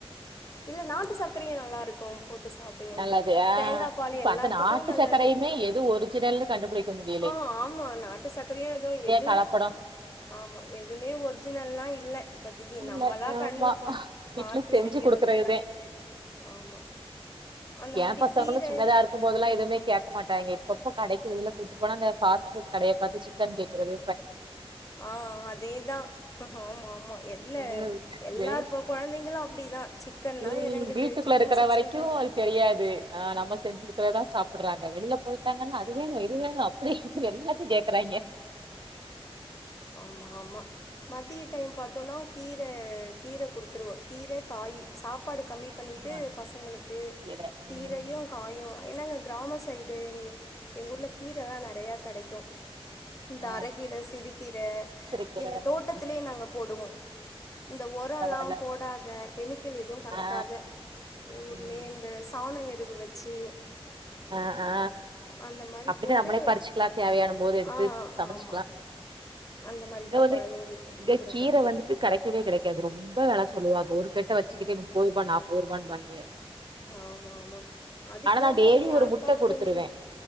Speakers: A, on the left; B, on the right.
A: இல்ல நாட்டு சக்கரையு நல்லாருக்கு போட்டு சாப்டுங்க
B: நல்லது ஆ
A: தேங்கா பால்
B: இப்ப
A: எல்லாத்துக்கு
B: அந்த நாட்டு
A: நல்லது
B: சக்கரையுமே எது ஒரு திடல் கண்டுபிடிக்க முடியு
A: ஆ ஆமா நாட்டு சக்கரையு எதோ எது
B: கலப்படோ
A: ஆமா எதுமே ஒரிஜினல்லா இல்ல இப்பத்திக்கி
B: இல்ல
A: நம்மளா கண்ணுல
B: ஆமா
A: பா
B: வீட்ல
A: பாத்து
B: செஞ்சு
A: செய்யறதுதா
B: குடுக்குறதுதே
A: ஆமா அந்த
B: எ
A: மாரி
B: பசங்களு
A: கீர
B: சின்னதா இருக் போதல்லா எதுவுமே கேக்க மாட்டாய்ங்க இப்ப கடைக்கு வெளிய கூட்டு போன பாஸ்ட் ஃபுட் கடய பாத்து சிக்கன் கேக்கறது
A: ஆ அதேதா ஆமா மா எல்ல
B: ம்
A: எல்லாருப்ப
B: வெளியில
A: கொழந்தைங்களு அப்டிதா சிக்கன்னா
B: ம்
A: இறங்குது
B: வீட்டுக்குள்ள
A: சிக்கன்
B: இருக்கிற
A: சிக்ஸ்டி
B: வரைக்கு
A: ஃபைவ்
B: அது தெரியாது ஆ நம்ம செஞ்சு குடுக்கறதா சாப் ப்படுறாங்க வெளில போய்ட்டாங்கன்னா அது வேணு இது வேணு அப்டி இப்டி எல்லாத்தையு கேக்குறாய்ங்க
A: ஆமா ஆமா மதிய டைம் பாத்தோனா கீர கீர குடுத்துருவோ கீர காய் சாப்பாடு கம்மி பண்ணிட்டு
B: ஆ
A: பசங்களுக்கு
B: கீர
A: கீரையு
B: ம்
A: காயு என்னாங்க கிராம சைடு எங் எங்க ஊர்ல கீரல்லா நெறய கெடைக்கு இந்த
B: ஆ
A: அரகீர சிறு கீர
B: முருங்கக்கீர
A: எங்க தோட்டத்திலயே
B: ம்
A: நாங்க போடுவோ இந்த உரலா
B: பரவால்ல
A: போடாத கெமிக்கல் எதுவு கலக்காத
B: ஆ
A: ஊர்லயே
B: ம்
A: இந்த சாண எருவு வச்சு
B: அ ஆ
A: அந்த மாரி
B: அப்படிதா
A: போட்டு
B: நம்மளே பறிச்சுக்கலா தேவையான போது எடுத்து
A: ஆ
B: சமைச்சுக்கலா
A: ஆமா அந்த மாரி
B: இங்க
A: தா
B: வந்து
A: கொழந்தைங்களுக்கு
B: இங்க
A: குடுக்கறது
B: கீர வந்துட்டு கரெக்ட் கீரயே கெடைக்காது ரொம்ப வெல சொல்லுவாங்க ஒரு கட்ட வச்சு கிட்டே முப்பதுரூபா நாப்பது ரூபான்னு வாய்ங்க
A: ஆமா ஆமா அதுக்கு
B: நா
A: ஏன்
B: டெய்லி
A: போறீங்க
B: ஒரு
A: அக்கா
B: முட்ட குடுத்துருவே
A: கொஞ்ச